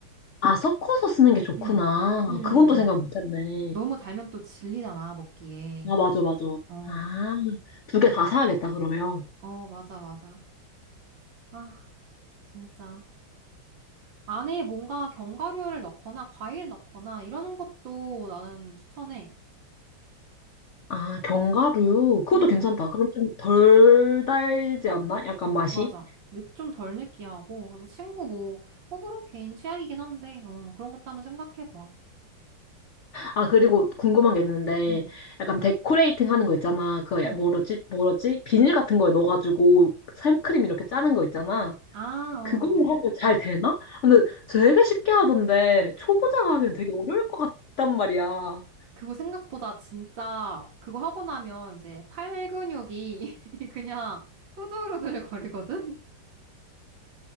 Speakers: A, on the left (about 55°); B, on the right (about 70°).
A: 아, 섞어서 쓰는 게 좋구나.
B: 음. 음.
A: 그건 또 생각 못 했네.
B: 너무 달면 또 질리잖아, 먹기에.
A: 아, 맞아, 맞아.
B: 어,
A: 아, 두 개 다 사야겠다, 그러면.
B: 어, 맞아, 맞아. 아, 진짜. 안에 뭔가 견과류를 넣거나 과일 넣거나 이러는 것도 나는 추천해.
A: 아, 견과류. 그것도
B: 음,
A: 괜찮다. 그럼 좀 덜 달지 않나? 약간 맛이?
B: 맞아. 좀 덜 느끼하고. 그래서 친구 뭐, 호불호 개인 취향이긴 한데, 어, 그런 것도 한번 생각해봐.
A: 아, 그리고 궁금한 게 있는데,
B: 응
A: 약간 데코레이팅 하는 거 있잖아. 그,
B: 응
A: 뭐지, 뭐지? 비닐 같은 거에 넣어가지고 생크림 이렇게 짜는 거 있잖아.
B: 아, 어.
A: 그걸로 하면 잘 되나? 근데 되게 쉽게 하던데, 초보자가 하기엔 되게 어려울 것 같단 말이야.
B: 그거 생각보다 진짜, 그거 하고 나면 이제 팔 근육이 <laughs> 그냥 후들후들 거리거든?